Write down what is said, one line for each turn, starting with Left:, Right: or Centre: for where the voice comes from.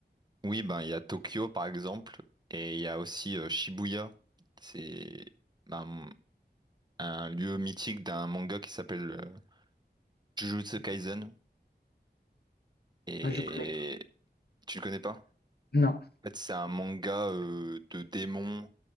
Right: Oui, ben il y a Tokyo par exemple et il y a aussi euh, Shibuya. C'est ben, un lieu mythique d'un manga qui s'appelle euh, Jujutsu Kaisen. Et
Left: Ah, je connais.
Right: tu le connais pas?
Left: Non.
Right: En fait, c'est un manga euh, de démons